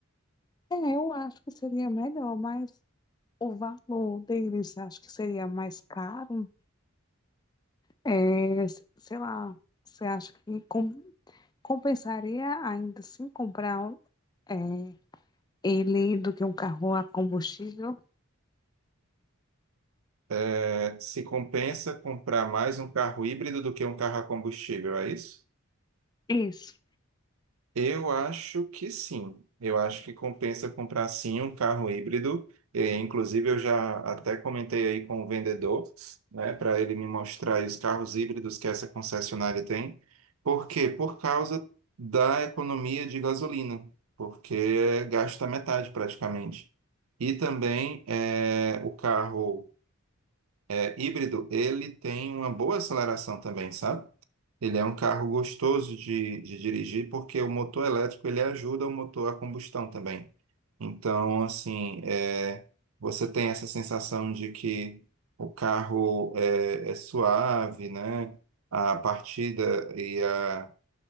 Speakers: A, on the left; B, on the right.
A: É, eu acho que seria melhor, mas o valor deles, você acha que seria mais caro? É, s- sei lá, você acha que com- compensaria ainda assim comprar um, é, ele do que um carro a combustível?
B: É, se compensa comprar mais um carro híbrido do que um carro a combustível, é isso?
A: Isso.
B: Eu acho que sim. Eu acho que compensa comprar sim um carro híbrido. E, inclusive, eu já até comentei aí com o vendedor, né, para ele me mostrar aí os carros híbridos que essa concessionária tem. Por quê? Por causa da economia de gasolina, porque gasta metade praticamente. E também é, o carro é, híbrido, ele tem uma boa aceleração também, sabe? Ele é um carro gostoso de, de dirigir porque o motor elétrico ele ajuda o motor a combustão também. Então, assim, é, você tem essa sensação de que o carro é, é suave, né? A partida e a,